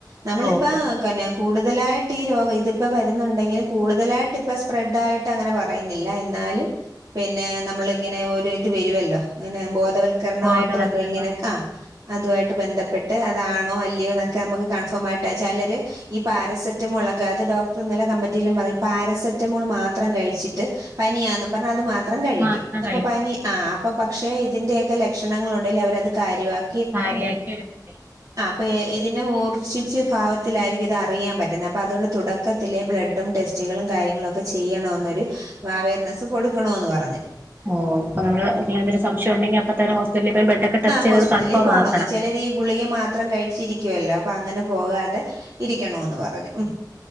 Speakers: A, on the right (about 50°); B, on the right (about 25°).
A: നമ്മളിപ്പൊ
B: ഓക്കെ
A: പിന്നെ കൂടുതലായിട്ട് ഈ രോഗം ഇതിപ്പോ വരുന്നുണ്ടെങ്കിലും കൂടുതലായിട്ട് ഇപ്പ സ്പ്രെഡ് ആയിട്ട് അങ്ങനെ പറയുന്നില്ല എന്നാലും പിന്നെ നമ്മളിങ്ങനെ ഒരു റ്റ് വരുമല്ലോ അങ്ങനെ ബോ ബോധവൽക്കാരനായിട്ട്
B: ബോധവൽക്കരണം
A: വന്ന് ഇങ്ങനെ ആ അതുമായിട്ട് ബന്ധപ്പെ ട്ട് അതാണോ അല്ലയോ എന്നൊക്കെ നമ്മക്ക് കൺഫോം ആയിട്ട് പെലര് പാരസെറ്റമോളൊക്കെ അത് ഡോക്ടർഇന്നലെ കമറ്റീലും പറ പാരസെറ്റമോൾ മാത്രം കഴിച്ചിട്ട് പനിയാന്നും പറഞ്ഞ് അത് മാത്ര ത്രം കഴുകിക്കും
B: മാത്രം
A: ഇതു
B: കഴിക്കും
A: പ്പോ പനി ആ അപ്പ പക്ഷെ ഇതിന്റെയൊക്കെ ലക്ഷണങ്ങൾ ഉണ്ടെങ്കിൽ അവരത് കാര്യവാക്ക്
B: കാര്യവാക്കി എടുക്ക്
A: ആ അപ്പൊ ഇതിന്റെ മൂർ ശിച്ച ഭാവത്തിലായിരിക്കും ഇതറിയാൻ പറ്റുന്നത് അപ്പൊ തുടക്കത്തിലേ ബ്ലഡും ടെസ്റ്റുകളും കാര്യങ്ങളും ചെയ്യണം എന്നൊരു അവർനെസ്സ് കൊടുക്കണമെന്ന് പറഞ്ഞു
B: ഓഹ് അപ്പൊ നമ്മള് ഇങ്ങനെ ഒരു സംശയം ഉണ്ടെങ്കിൽ അപ്പ തന്നെ ഹോസ്പിറ്റലിൽ പോയി ബ്ലഡ് ഒക്കെ ടെസ്റ്റ്
A: ആഹ്
B: ചെയ്തത്
A: ഹോസ്പിറ്റലിൽ
B: കൺഫോം
A: പോണോന്ന്
B: ആക്കണം
A: ചിലര് ഈ ഗുളിക മാത്രം കഴിച്ചിരിക്കുവല്ലോ അപ്പൊ അങ്ങനെ പോകാതെ ഇരിക്കണം എന്ന് പറഞ്ഞു ഉം